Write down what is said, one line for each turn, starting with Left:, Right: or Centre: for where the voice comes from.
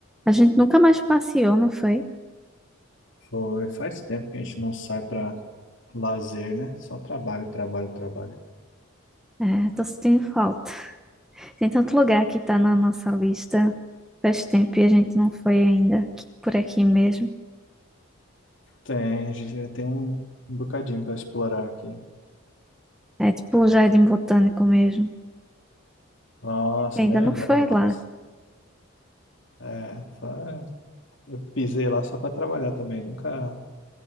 Centre: A gente nunca mais passeou, não foi?
Left: Foi, faz tempo que a gente não sai pra lazer, né? Só trabalho, trabalho, trabalho.
Centre: É, tô sentindo falta. Tem tanto lugar que tá na nossa lista faz tempo e a gente não foi ainda aqui- por aqui mesmo.
Left: Tem, a gente ainda tem um bocadinho pra explorar aqui.
Centre: É tipo o Jardim Botânico mesmo.
Left: Nossa,
Centre: Ainda
Left: nem
Centre: não
Left: lembrava
Centre: foi lá.
Left: mais. É, fa- eu pisei lá só pra trabalhar também, nunca